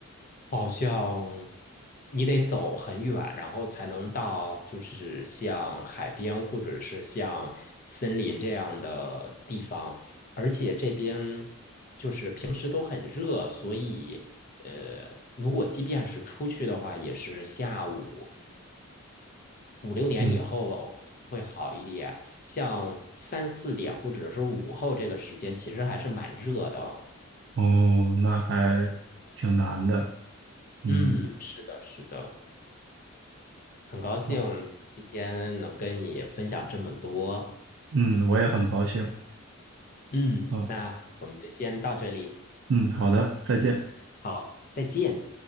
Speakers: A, on the left (about 45°); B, on the right (about 60°).
A: 好像你得走很远，然后才能到，就是像海边或者是像森林这样的地方。而且这边就是平时都很热，所以呃，如果即便是出去的话，也是下午五六点以后可能会好一点。
B: 嗯。
A: 像三四点或者是午后这个时间，其实还是蛮热的。
B: 哦，那还挺难的。嗯，
A: 嗯，是的，是的。很高兴今天能跟你分享这么多。
B: 好，嗯，我也很高兴。
A: 嗯，
B: 好，
A: 那我们就先到这里，
B: 嗯，好的，再见。
A: 好，再见。